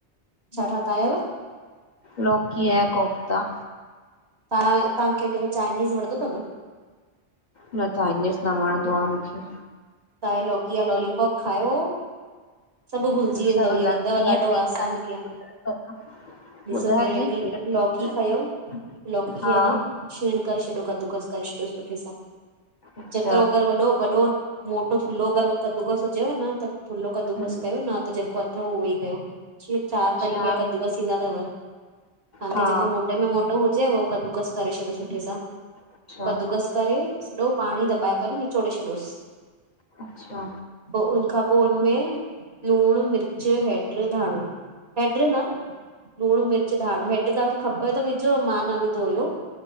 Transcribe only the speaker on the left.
लौकीया जा कोफ्ता
न, चाइनीज़ न वणंदो आ मुखे।
अच्छा
भला
कीअं
ठाहींदा
आहियो?
ॿुधायो
त
सही कीअं ठाहींदा
आहियो?
हा
अच्छा
हम्म
अच्छा
हा
अच्छा
अच्छा।